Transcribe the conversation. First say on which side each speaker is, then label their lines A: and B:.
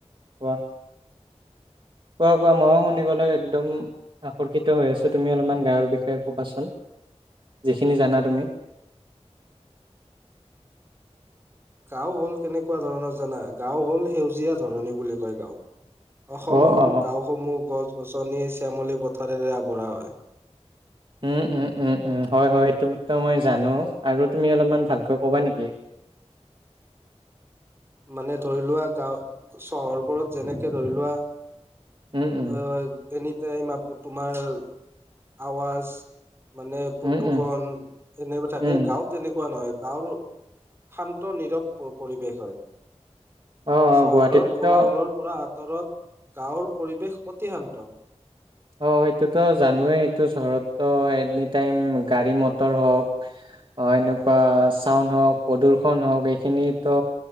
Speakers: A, on the right; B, on the right.
A: কোৱা কোৱা কোৱা মই শুন লে একদম আকৰ্ষিত হৈ আছো তুমি অলপমান গাৰ বিষয়ে ক'বাচোন যিখিনি জানা তুমি
B: গাঁও হল কেনেকুৱা ধৰণৰ জানা গাঁও হ'ল সেউজীয়া ধৰণী বুলি কয় গাঁওক অসমৰ
A: অ', অ',
B: গাঁওসমূহ গছ গছনি শ্যামলি পথাৰেৰে আবঢ় হয়
A: উম উম উম উম হয় হয় এইটো মই জানো আৰু তুমি অলপমান ভালকৈ ক'বা নেকি?
B: মানে ধৰি লোৱা গাও চহৰবোৰত যেনেকে ধৰি লোৱা।
A: উম, উম,
B: অ', এনিটাইম আপু তোমাৰ আৱাজ মানে প্ৰদূষণ
A: উম, উম,
B: এনেুৱা থাকে,
A: উম,
B: গাঁওত তেনেকুৱা নহয়। গাঁৱৰটো শান্ত, নীৰৱ পৰিৱেশ হয়।
A: অ', অ',
B: চহৰৰ
A: গুৱাহাটীততো
B: কোলাহলৰ পৰা আঁতৰত গাঁৱৰ পৰিৱেশ অতি শান্ত।
A: অ', হেইটোতো জানোৱেই, এইটো চহৰতো এনিটাইম গাড়ী-মটৰ হওঁক অ এনেকুৱা চাউণ্ড হওঁক, প্ৰদূ্ষন হওঁক এইখিনিতো